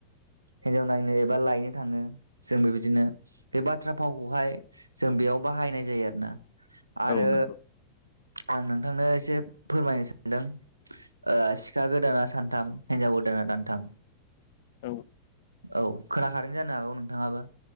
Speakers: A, on the right (about 80°); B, on the left (about 55°).
A: हिनजाव नायनो एबा लायनो थाङो जों बेबायदिनो बे बाथ्रा फावखौहाय जों बेयाव बाहायनाय जायो आरोना आरो
B: औ नंगौ
A: आं नोंथांनो एसे फोरमायनो सानदों सिखा गोदाना सानथाम हिनजाव गोदाना दानथाम
B: औ
A: औ खोनाखादों जानो हागौ नोंथाङाबो